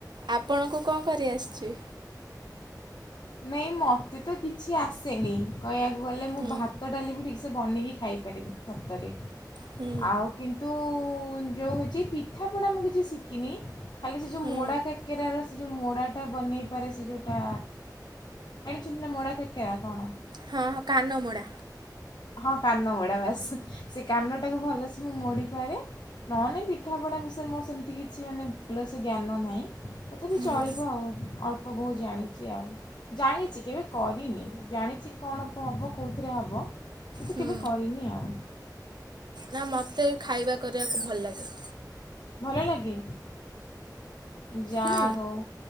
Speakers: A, on the right (about 85°); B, on the left (about 75°).
A: ଆପଣଙ୍କୁ କଣ କରି ଆସିଚି?
B: ନାଇଁ ମତେ ତ କିଛି ଆସେନି। କହିବାକୁ ଗଲେ ମୁଁ
A: ହୁଁ
B: ଭାତ ଡାଲି ବି ଠିକ୍ସେ ବନେଇକି ଖାଇପାରିବି ସତରେ।
A: ହୁଁ
B: ଆଉ କିନ୍ତୁ ଯେଉଁ ହେଉଛି ପିଠାପଣା ମୁଁ କିଛି ଶିଖିନି। ଖାଲି ସେ ଯେଉଁ
A: ହୁଁ
B: ମୋଡ଼ା କେକେରାର ସେ ଯେଉଁ ମୋଡ଼ାଟା ବନେଇପାରେ ସେ ଯଉଟା ଏଣି ଚିନ୍ତା ମୋଡ଼ା କେ କେରା କଣ।
A: ହଁ କାନମୋଡ଼ା।
B: ହଁ କାନମୋଡା ବାସ ସେ କାନଟାକୁ ଭଲସେ ମୁଁ ମୋଡ଼ିପାରେ ନହନେ ପିଠାପଣା ବିଷୟରେ ମୋର ସେମିତି କିଛି ମାନେ ଭଲ ସେ ଜ୍ଞାନ ନାହିଁ। ତଥାପି ଚଳିବ
A: ହୁଁ
B: ଆଉ ଅଳ୍ପ ବହୁତ ଜାଣିଛି ଆଉ ଜାଣିଛି କେବେ କରିନି। ଜାଣିଛି କଣ ହେବ କେଉଁଥିରେ ହେବ କିନ୍ତୁ
A: ହୁଁ
B: କେବେ କରିନି ଆଉ
A: ନା ମୋତେ ଖାଇବା କରିବାକୁ ଭଲ ଲାଗେ
B: ଭଲ ଲାଗେ। ଯାହା
A: ହୁଁ
B: ହଉ